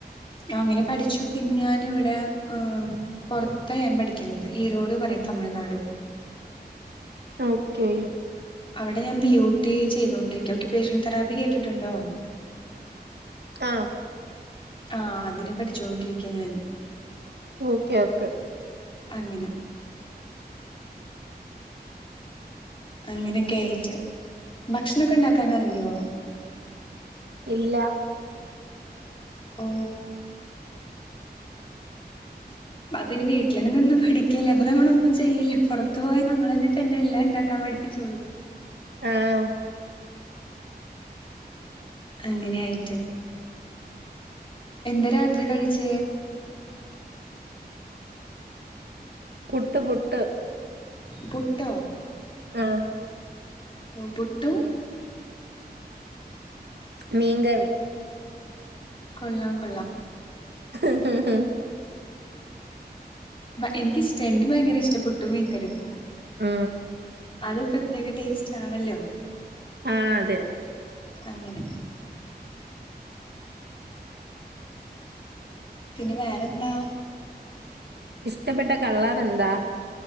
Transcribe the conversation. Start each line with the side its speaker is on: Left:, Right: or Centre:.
Left: അങ്ങനെ പഠിച്ചു പിന്നെ ഞാന് ഇവിടെ ഏഹ് പൊറത്ത ഞാൻ പഠിക്കുന്നത് ഈറോട് പറയുന്ന തമിഴ് നാട്.
Right: ഓക്കെ.
Left: അവിടെ ഞാൻ ബിയൂട്ടി ചെയ്തോണ്ടിരിക്കുവാ, ഒക്യുപേഷ ൻ തറാപ്പിൽ കേട്ടിട്ടുണ്ടോ?
Right: ആഹ്
Left: ആ അതിന് പഠിച്ചോണ്ടിരിക്ക ഞാൻ
Right: ഓക്കെ ഓക്കെ
Left: അങ്ങനെ അങ്ങനെയൊക്കെ ആയിട്ട് ഭക്ഷണൊക്കെണ്ടാക്കാൻ അറിയോ
Right: ഇല്ല
Left: ഓ അ പിന്നെ വീട്ടിലങ്ങനൊന്നും പഠിക്കല്ല അപ്പൊ നമ്മളൊന്നും ചെയ്യില്ല പൊറത്തു പോയി നമ്മൾ തന്നെടു പിന്നെല്ലാം ഇണ്ടാക്കാൻ പഠിപ്പിച്ചോള്ളും
Right: ആഹ്
Left: അങ്ങനെയായിട്ട് എന്താ രാത്രി കഴിച്ചേ
Right: പുട്ട് പുട്ട്
Left: പുട്ടോ
Right: ആ
Left: മ് പുട്ടും
Right: മീങ്കറീം
Left: കൊള്ളാം കൊള്ളാം
Right: ഹഹ
Left: എനിക്കിഷ്ട എനിക്ക് ഭയങ്കര ഇഷ്ട പുട്ടും മീങ്കറിം
Right: മ്
Left: അത് പ്രത്യേകടേസ്റ്റ്ണല്ലോ
Right: ആഹ അതെ
Left: അങ്ങനെ പിന്നെ വേറെന്താ?
Right: ഇഷ്ടപ്പെട്ട കള്ളറന്താ?